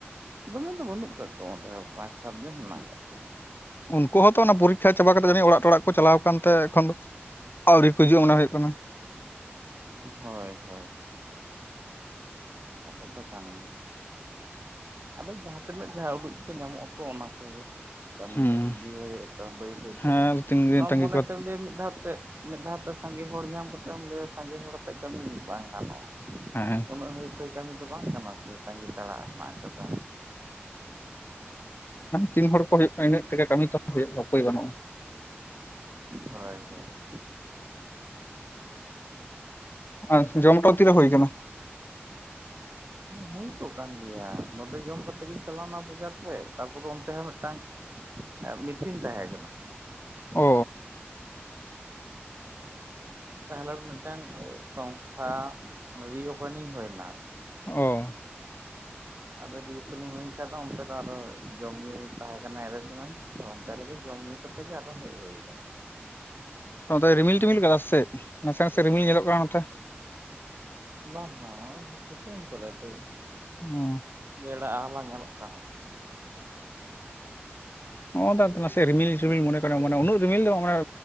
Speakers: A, on the right; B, on the left.
A: ᱫᱚᱢᱮ ᱫᱚ ᱵᱟᱹᱱᱩᱜ ᱠᱟᱜ ᱠᱚᱣᱟ ᱚᱸᱰᱮᱦᱚᱸ ᱯᱟᱸᱪ ᱥᱟᱛ ᱡᱚᱱ ᱦᱮᱱᱟᱜ ᱠᱟᱜ ᱠᱚᱣᱟ
B: ᱩᱱᱠᱩ ᱦᱚᱸᱛᱚ ᱚᱱᱟ ᱯᱚᱨᱤᱠᱷᱟ ᱪᱟᱵᱟ ᱠᱟᱛᱮ ᱡᱟᱹᱱᱤᱡ ᱚᱲᱟᱜ ᱴᱚᱲᱟᱜ ᱠᱚ ᱪᱟᱞᱟᱣ ᱠᱟᱱᱛᱮ ᱮᱠᱷᱚᱱ ᱫᱚ ᱟᱹᱣᱨᱤ ᱠᱚ ᱦᱤᱡᱩᱜᱼᱟ ᱢᱚᱱᱮ ᱦᱩᱭᱩᱜ ᱠᱟᱱᱟ
A: ᱦᱳᱭ ᱦᱳᱭ ᱠᱟᱛᱷᱟ ᱫᱚ ᱠᱟᱱ ᱜᱮᱭᱟ ᱟᱫᱚ ᱡᱟᱦᱟᱸᱛᱤᱱᱟᱹᱜ ᱡᱷᱟ ᱩᱰᱩᱠ ᱠᱚ ᱧᱟᱢᱚᱜ ᱟᱠᱚ ᱚᱱᱟ ᱠᱚ ᱜᱮ ᱠᱟᱹᱢᱤ
B: ᱦᱩᱸ
A: ᱤᱫᱤ ᱦᱩᱭᱩᱜ ᱛᱚ ᱵᱟᱹᱭ ᱵᱟᱹᱭ ᱛᱮ
B: ᱦᱮᱸ ᱛᱤᱱ ᱫᱤᱱ
A: ᱱᱚᱣᱟ
B: ᱛᱟᱺᱜᱤ
A: ᱢᱚᱱᱮᱛᱮᱢ
B: ᱠᱚ
A: ᱞᱟᱹᱭᱟ ᱢᱤᱫ ᱫᱷᱟᱣ ᱛᱮ ᱢᱤᱫ ᱫᱷᱟᱣ ᱛᱮ ᱥᱟᱸᱜᱮ ᱦᱚᱲ ᱧᱟᱢ ᱠᱟᱛᱮᱜ ᱞᱟᱹᱭᱟ ᱥᱟᱸᱜᱮ ᱦᱚᱲ ᱟᱛᱮᱜ ᱠᱟᱹᱢᱤ ᱵᱟᱝ ᱜᱟᱱᱚᱜᱼᱟ
B: ᱦᱮᱸ
A: ᱩᱱᱟᱹᱜ ᱦᱟᱹᱭᱯᱷᱟᱹᱭ ᱠᱟᱹᱢᱤ ᱫᱚ ᱵᱟᱝ ᱠᱟᱱᱟ ᱥᱮ ᱛᱟᱹᱜᱤ ᱛᱟᱲᱟᱜ ᱨᱮᱱᱟᱜ ᱠᱟᱛᱷᱟ
B: ᱛᱤᱱ ᱦᱚᱲ ᱠᱚ ᱦᱩᱭᱩᱜ ᱠᱟᱱᱟ ᱤᱱᱟᱹᱜ ᱛᱮᱜᱮ ᱠᱟᱹᱢᱤ ᱮᱛᱚᱦᱚᱵ ᱦᱩᱭᱩᱜᱼᱟ ᱩᱯᱟᱹᱭ ᱵᱟᱹᱱᱩᱜᱼᱟ
A: ᱦᱳᱭ ᱦᱳᱭ
B: ᱟᱨ ᱡᱚᱢᱴᱚᱢ ᱛᱤᱨᱮ ᱦᱩᱭ ᱟᱠᱟᱱᱟ
A: ᱦᱩᱭ ᱠᱚᱜ ᱠᱟᱱ ᱜᱮᱭᱟ ᱱᱚᱰᱮ ᱡᱚᱢ ᱠᱟᱛᱮᱜ ᱜᱤᱧ ᱪᱟᱞᱟᱣᱱᱟ ᱵᱟᱡᱟᱨ ᱥᱮᱫ ᱛᱟᱨᱯᱚᱨ ᱚᱱᱛᱮ ᱦᱚᱸ ᱢᱤᱫᱴᱟᱝ ᱢᱤᱴᱤᱝ ᱛᱟᱦᱮᱸ ᱠᱟᱱᱟ
B: ᱚ
A: ᱛᱟᱦᱚᱞᱮ ᱢᱤᱫᱴᱟᱝ ᱥᱚᱝᱥᱛᱷᱟ ᱨᱤᱳᱯᱮᱱᱤᱝ ᱦᱩᱭᱱᱟ
B: ᱚ
A: ᱟᱫᱚ ᱨᱤᱳᱯᱮᱱᱤᱝ ᱦᱩᱭᱮᱱ ᱠᱷᱟᱱ ᱫᱚ ᱚᱱᱛᱮ ᱫᱚ ᱟᱨᱚ ᱡᱚᱢ ᱧᱩ ᱛᱟᱦᱮᱸᱠᱟᱱᱟ ᱮᱨᱮᱡᱢᱮᱱᱴ ᱟᱫᱚ ᱚᱱᱛᱮ ᱨᱮᱜᱮ ᱡᱚᱢ ᱧᱩ ᱠᱟᱛᱮᱜ ᱜᱮ ᱟᱨᱚ ᱦᱮᱡ ᱦᱩᱭ ᱮᱱᱟ
B: ᱱᱚᱛᱮ ᱨᱤᱢᱤᱞ ᱴᱤᱢᱤᱞ ᱟᱠᱟ ᱥᱮ ᱪᱮᱫ ᱱᱟᱥᱮ ᱱᱟᱥᱮ ᱨᱤᱢᱤᱞ ᱧᱮᱞᱚᱜ ᱠᱟᱱᱟ ᱱᱚᱛᱮ
A: ᱵᱟᱝ ᱵᱟᱝ ᱥᱤᱛᱩᱢ ᱠᱟᱫᱟᱭ ᱛᱚ
B: ᱩᱸ
A: ᱵᱮᱲᱟ ᱟᱦᱟᱞᱟ ᱧᱮᱞᱚᱜ ᱠᱟᱱᱟ
B: ᱚ ᱱᱟᱥᱮ ᱨᱤᱢᱤᱞ ᱴᱤᱢᱤᱞ ᱢᱚᱱᱮ ᱢᱟᱱᱮ ᱩᱱᱟᱹᱜ ᱨᱤᱢᱤᱞ ᱫᱚ ᱵᱟᱝ ᱢᱟᱱᱮ